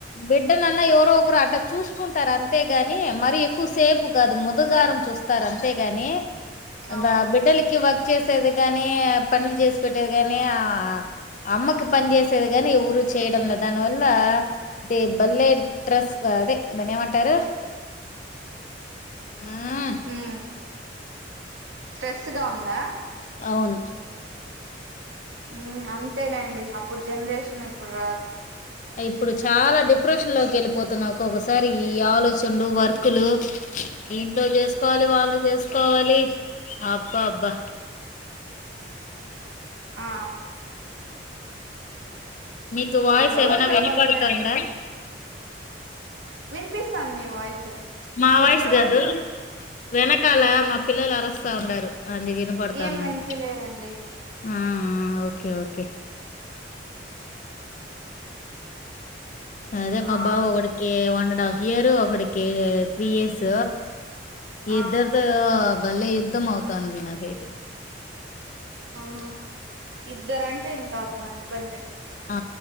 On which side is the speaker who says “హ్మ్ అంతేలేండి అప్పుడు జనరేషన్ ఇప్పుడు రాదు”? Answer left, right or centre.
Right